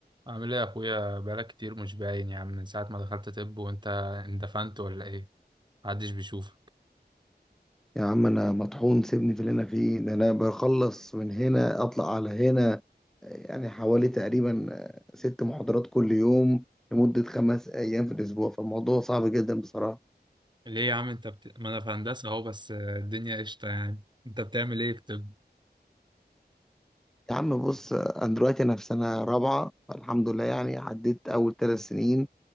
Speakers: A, on the right; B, in the centre.
A: عامل ايه يا اخويا بقالك كتير مش باين يا عم من ساعة ما دخلت طب وانت اندفنت ولا ايه محدش بيشوفك
B: يا عم انا مطحون سيبني في اللي انا فيه ده انا بخلص من هنا اطلع على هنا يعني حوالي تقريبا ست محاضرات كل يوم لمدة خمس ايام في الاسبوع فالموضوع صعب جدا بصراحة
A: ليه يا عم انت بت... ما انا في هندسة اهو بس الدنيا قشطة يعني انت بتعمل ايه في طب
B: يا عم بص انا دلوقتي انا في سنة رابعة فالحمد لله يعني عديت اول ثلاث سنين